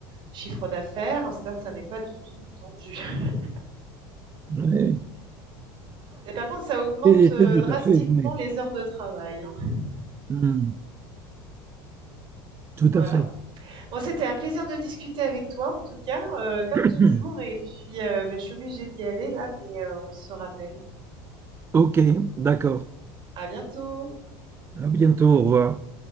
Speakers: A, on the right; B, on the right.
A: chiffre d'affaires. Ça, ça n'est pas du tout entendu. <laughs>
B: Oui.
A: Mais par contre, ça augmente
B: <coughs> Et-
A: euh,
B: et tout
A: drastiquement
B: à fait, oui.
A: les heures de travail. hein.
B: Hum, Tout
A: Voilà.
B: à fait.
A: Bon, c'était un plaisir de discuter avec toi, en tout cas, euh, comme
B: <coughs>
A: toujours. Et puis, euh, ben, je suis obligée d'y aller là, mais euh, on se rappelle.
B: OK, d'accord.
A: À bientôt.
B: À bientôt, au revoir.